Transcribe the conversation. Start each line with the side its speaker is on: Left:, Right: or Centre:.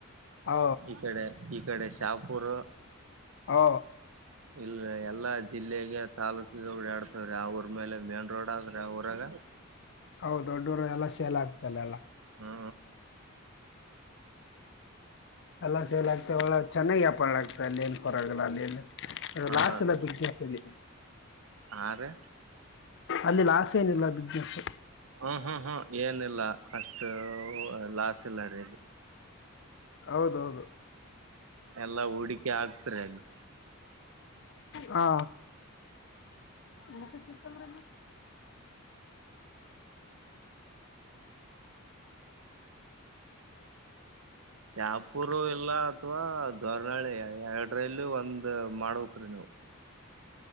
Left: ಓ
Right: ಈ ಕಡೆ ಈ ಕಡೆ ಶಾಪ್ ಪರ
Left: ಓ
Right: ಇಲ್ಲ ಎಲ್ಲಾ ಜಿಲ್ಲೆಗೆ ತಾಲೂಕು ಆಡ್ತವ್ರೆ ಅವ್ರ ಮೇಲೆ ಮ ರೋಡ ಆದ್ರೆ ಊರಾಗ
Left: ಹೌದು ದೊಡ್ಡೋರು ಎಲ್ಲಾ ಶೇಲ ಆಗ್ತಲ್ಲ ಎಲ್ಲಾ
Right: ಹಾ
Left: ಎಲ್ಲ ಸೇಲ್ ಆಗ್ತ ಒ ಚೆನ್ನಾಗಿ ವ್ಯಾಪಾರ ಆಗ್ತದೆ ಅಲ್ಲಿನ್ ಪರಗಲ್ಲ ಅಲ್ಲಿಲ್ಲಿ
Right: ಹಾ
Left: ಲಾಸ್ ಎಲ
Right: ರೀ
Left: ಬಿಗ್ ಜಾಸ್ಲ್ಲಿ
Right: ಹಾ ರೀ
Left: ಅಲ್ಲಿ ಲಾಸ್ ಏನಿಲ್ಲ ಬಿಗ್ ಬಸ್
Right: ಹ ಹಾ ಹಾ ಏನಿಲ್ಲ ಅಷ್ಟು ಲಾಸ್ ಇಲ್ಲ ಅಡಗೆ
Left: ಹೌದೌದು
Right: ಎಲ್ಲಾ ಹೂಡಿಕೆ ಆಾಕ್ತರಿ ಅಲ್ಲಿ
Left: ಹ ಇನ್ನ ಸ ಚುತಮರಲ್ಲ
Right: ಶಾಪೂರು ಇಲ್ಲ ಅಥವಾ ದೋರ್ನಾಳಿ ಎರಡ್ರಲ್ಲಿ ಒಂದ ಮಾಡ್ಬೇಕಕ್್ರೀ ನೀವವು